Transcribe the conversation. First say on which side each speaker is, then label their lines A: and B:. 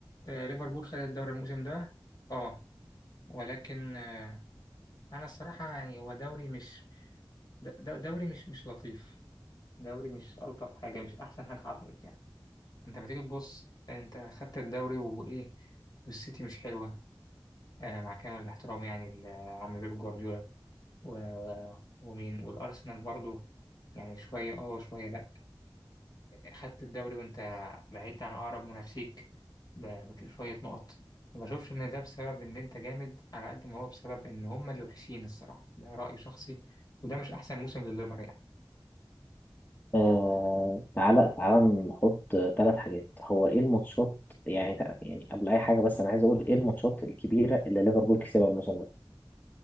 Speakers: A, on the left; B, on the left.
A: آه، ليفربول خد الدوري الموسم ده اه ولكن آه، انا الصراحه يعني هو دوري مش د- د- دوري مش مش لطيف دوري مش الطف حاجه مش احسن حاجه حصلت يعني انت لما تيجي تبص انت خدت الدوري وايه والسيتي مش حلوه آه، مع كامل الاحترام يعني لعم بيب جوارديولا و- ومين والارسنال برضو يعني شويه اه وشويه لا خدت الدوري وانت بعيد عن اقرب منافسيك ب- بشويه نقط ما بشوفش ان ده بسبب ان انت جامد على قد ما هو بسبب ان هما اللي وحشين الصراحه ده راي شخصي وده مش احسن موسم لليفر يعني
B: آه تعالى تعالى نحط ثلاث حاجات هو ايه الماتشات يعني تع- يعني قبل اي حاجه بس انا عايز اقول ايه الماتشات الكبيره اللي ليفربول كسبها الموسم ده